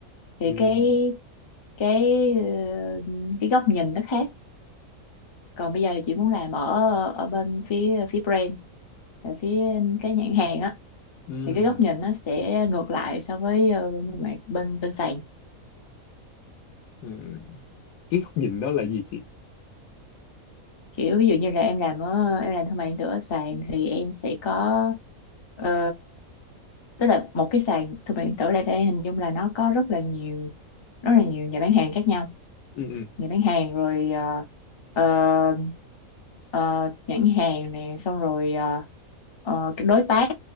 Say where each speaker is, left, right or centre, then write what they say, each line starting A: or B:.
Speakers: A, on the left; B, on the left.
A: thì
B: ừ.
A: cái cái ờ, cái góc nhìn nó khác còn bây giờ thì chị muốn làm ở ở bên phía phía brand ở phía cái nhãn hàng á
B: Ừ.
A: thì cái góc nhìn nó sẽ ngược lại so với ờ, bên bên bên bên sàn
B: Ừ. Cái góc nhìn đó là gì chị?
A: kiểu ví dụ như là em làm ở em làm thương mại điện tử ở sàn thì em sẽ có ờ, tức là một cái sàn thương mại điện tử ở đây phải hình dung là nó có rất là nhiều rất là nhiều nhà bán hàng khác nhau
B: ừ ừ
A: nhà bán hàng rồi ờ, ờ, ờ, nhãn hàng nè xong rồi ờ, ờ, cái đối tác